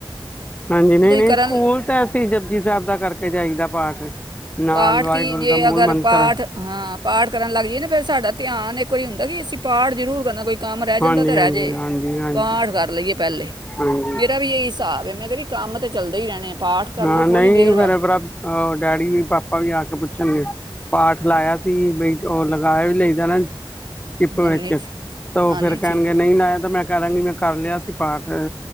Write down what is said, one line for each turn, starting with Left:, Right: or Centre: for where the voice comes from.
Left: ਹਾਂਜੀ, ਨਹੀਂ, ਨਹੀਂ
Right: ਕਰਨ
Left: ਸਕੂਲ ਤਾਂ ਅਸੀਂ ਜਪੁਜੀ ਸਾਹਿਬ ਦਾ ਕਰਕੇ ਜਾਈਦਾ। ਪਾਠ। ਨਾਲ
Right: ਪਾਠ
Left: ਵਾਹਿਗੁਰੂ
Right: ਕੀ ਜੇ
Left: ਦਾ ਮੂਲ
Right: ਅਗਰ
Left: ਮੰਤਰ
Right: ਪਾਠ ਹਾਂ ਪਾਠ ਕਰਨ ਲੱਗ ਜਾਈਏ ਨਾ ਫ਼ਿਰ ਸਾਡਾ ਧਿਆਨ ਇੱਕ ਵਾਰੀ ਹੁੰਦਾ ਕਿ ਅਸੀਂ ਪਾਠ ਜ਼ਰੂਰ ਕਰਨਾ ਕੋਈ ਕੰਮ ਰਹਿ ਜਾਂਦਾ
Left: ਹਾਂਜੀ
Right: ਤਾਂ ਰਹਿ
Left: ਹਾਂਜੀ
Right: ਜੇ
Left: ਹਾਂਜੀ ਹਾਂਜੀ
Right: ਪਾਠ ਕਰ ਲਈਏ ਪਹਿਲੇ
Left: ਹਾਂਜੀ
Right: ਮੇਰਾ ਵੀ ਇਹੀ ਹਿਸਾਬ ਹੈ ਮੈਂ ਕਹਿੰਦੀ ਕੰਮ ਤੇ ਚੱਲਦੇ ਹੀ ਰਹਿਣੇ ਪਾਠ ਕਰ
Left: ਹਾਂ
Right: ਲਓ ਥੋੜ੍ਹੀ
Left: ਨਹੀਂ
Right: ਦੇਰ ਬਾਅਦ
Left: ਫੇਰ <unintelligible> ਡੈਡੀ ਵੀ ਪਾਪਾ ਵੀ ਆ ਕੇ ਪੁੱਛਣਗੇ ਪਾਠ ਲਾਇਆ ਸੀ ਬਈ ਉਹ ਲਗਾਇਆ ਵੀ ਲਈਦਾ ਨਾ ਸ਼ਿਪ
Right: ਨਹੀਂ
Left: ਵਿੱਚ
Right: ਨਹੀਂ ਜੀ
Left: ਤਾਂ ਉਹ
Right: ਹਾਂ
Left: ਫੇਰ
Right: ਨਹੀਂ
Left: ਕਹਿਣਗੇ
Right: ਠੀ
Left: ਨਹੀਂ ਨਾ ਆਯਾ ਤਾਂ ਮੈਂ ਕਰਾਂਗੀ ਮੈਂ ਕਰ ਲਿਆ ਸੀ ਪਾਠ